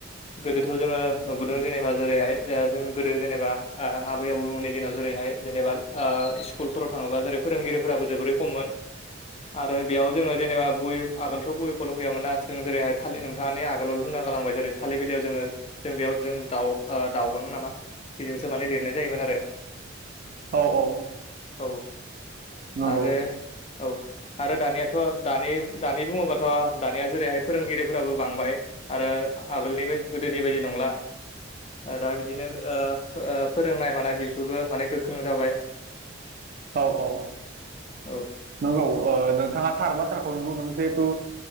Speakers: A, on the left; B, on the right.
A: गोदोथ' जोङो नुबोदों जेनेबा जेरैहाय जा जों गोदो जेनेबा आ आबै आबौमोननि दिनाव जेरैहाय जेनेबा ओ स्कुलफोराव थाङोबा जेरै फोरोंगिरिफोराबो जोबोरै खममोन। आरो बेयाव जोङो जेनेबा बय आगोलथ' बहि खलम गैयामोन ना जोङो जेरैहाय थालि नों थाङानो आगोलाव बुंना गालांबाय जेरै थालिर बिलियाव जोङो जों बेयाव जों दाउ ओ दाउगां नामा? बेजोंसो माने लिरनाय जायोमोन आरो।
B: औ औ।
A: औ ओ
B: नंगौ
A: आरो औ। आरो दानियाथ' दानि दानि बुङोबाथ' दानिया जेरैहाय फोरोंगिरिफोराबो बांबाय। आरो आगोलनिबो गोदोनि बायदि नंला। ओ दा बिदिनो ओ ओ फोरोंनाय मानाय बेफोरबो माने गोख्रों जाबाय।
B: औ औ
A: औ
B: नंगौ ओ नोंथाङा थार बाथ्राखौनो बुंदों जिहेथु